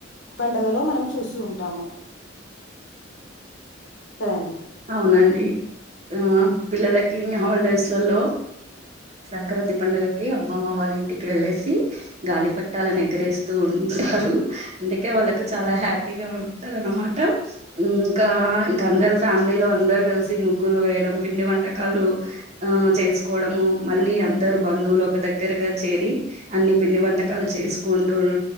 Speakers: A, on the left; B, on the right.
A: పండుగలో మనం చూస్తు ఉంటాము కదండి
B: అవునండి ఆ పిల్లలకి హాలిడేస్లలో సంక్రాంతి పండుగకి అమ్మమ్మ వాళ్ళ ఇంటికి వెళ్ళేసి గాలి పట్టాలని ఎగరేస్తూ ఉంటారు అందుకే వాళ్ళకు చాలా హ్యాపీగా ఉంటంది అన్నమాట ఇంకా అందరు ఫ్యామిలీలో అందరు కలిసి ముగ్గులు వేయడం పిండి వంటకాలు ఆ చేసుకోవడము మళ్ళీ అందరు బంధువులు ఒక దగ్గరగా చేరి అన్ని పిండి వంటకాలు చేసుకుంటూ